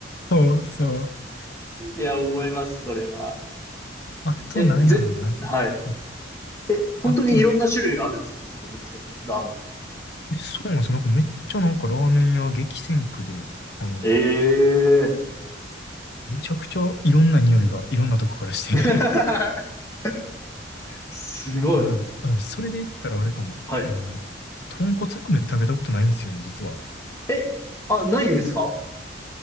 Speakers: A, on the left; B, on the left.
A: そうそう。
B: いや、思います、それは。
A: あと、
B: え、
A: なんやろうな。
B: ぜ、
A: なんか、
B: はい。
A: うん
B: え、本当にいろんな種類あるんですかそこの近くで、
A: あと、なんか、
B: ラーメン。
A: そうなんですよ。なんかめっちゃなんかラーメン屋激戦区で、あの、
B: ええー
A: めちゃくちゃいろんな匂いがいろんなとこからして
B: <laughs> すごい。
A: <laughs> なんやろ <laughs> あ、でもそれで言ったらあれかも。
B: はい。
A: あの、豚骨ラーメン食べたことないんですよね、実は。
B: え、あ、ないんですか